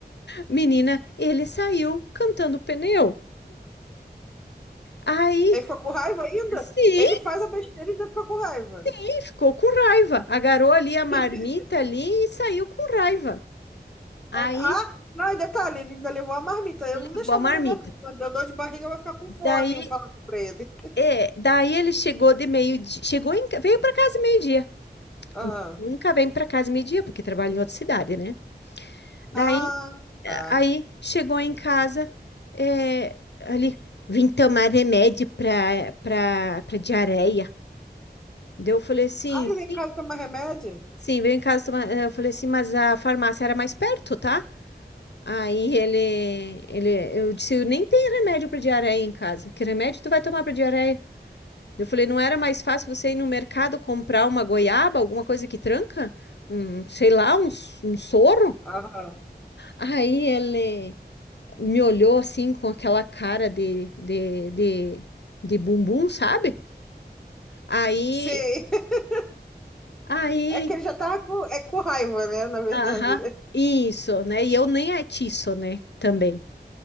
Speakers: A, on the left; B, in the centre.
A: menina, ele saiu cantando pneu. Aí,
B: Aí ficou com raiva ainda?
A: sim.
B: Ele faz a besteira e ainda fica com raiva.
A: E ficou com raiva. Agarrou ali a marmita
B: <laughs>
A: ali e saiu com raiva. Aí,
B: Aí- ah, não, e detalhe, ele ainda levou a marmita. Eu
A: acabou
B: não deixava
A: a marmita.
B: levar, não. Quando deu dor de barriga, vai ficar com
A: Daí,
B: fome, eu falava pra ele.
A: é, daí ele chegou de meio-dia, chegou em ca- veio para casa meio-dia.
B: Aham.
A: Nunca vem para casa meio-dia porque trabalha em outra cidade, né? Daí,
B: Ah, tá.
A: é, aí chegou em casa, é, ali, vim tomar remédio para para para diarreia. Daí eu falei assim,
B: Ah, ele
A: sim,
B: vem em casa tomar remédio?
A: sim, veio em casa tomar, eh, eu falei assim, mas a farmácia era mais perto, tá? Aí ele, ele, eu disse, nem tem remédio para diarreia em casa. Que remédio tu vai tomar para diarreia? Eu falei, não era mais fácil você ir no mercado comprar uma goiaba, alguma coisa que tranca? Um, sei lá, um, s- um soro?
B: Aham.
A: Aí ele me olhou assim com aquela cara de, de, de, de bumbum, sabe? Aí,
B: Sim. <laughs>
A: aí,
B: É que ele já tava com, é com raiva, né? Na verdade.
A: aham,
B: né?
A: isso, né? E eu nem atiço, né? Também.